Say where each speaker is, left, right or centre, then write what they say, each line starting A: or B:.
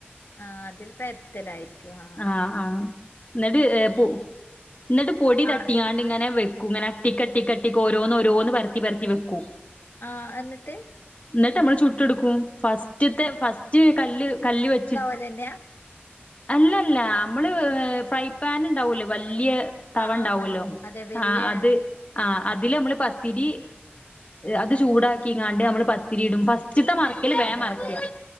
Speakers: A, on the left; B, on the left.
A: ആ അതിൽ പ ര്ത്തലായിരിക്കും ആ
B: ആ ആ ന്ന്ട്ട് പോ ന്ന്ട്ട് പൊടി തട്ടിങ്ങാണ്ട്
A: ആഹ്
B: ഇങ്ങനെ വെക്കും ഇങ്ങനെ ട്ടിക്കട്ടിക്ക് ഓരോന്ന് ഓരോന്ന് പരത്തിപരത്തി വെക്കും
A: ആ എന്നിട്ട്
B: ന്ന്ട്ട് നമ്മള് ചുട്ട്ട്ക്കും ഫസ്റ്റ്ത്തെ ഫസ്റ്റ് കല്ല് കല്ല് വെച്ച്
A: അതെന്നാ
B: അല്ലല്ല നമ്മള് ഫ്രൈ പാൻണ്ടാവല്ലോ വല്യ തവ
A: ആഹ്
B: ണ്ടാവുല്ലോ
A: ആഹ് ആഹ് അതെ വലിയ
B: ആ അത് ആ
A: ആഹ്
B: അതില് നമ്മള് പ പത്തിരി അത് ചൂടാക്കിങ്ങാണ്ട് നമ്മള് പത്തിരി ഇടും ഫസ്റ്റ്ത്തെ മ റിക്കല് വേം
A: അതെ
B: മറിക്ക
A: അതെ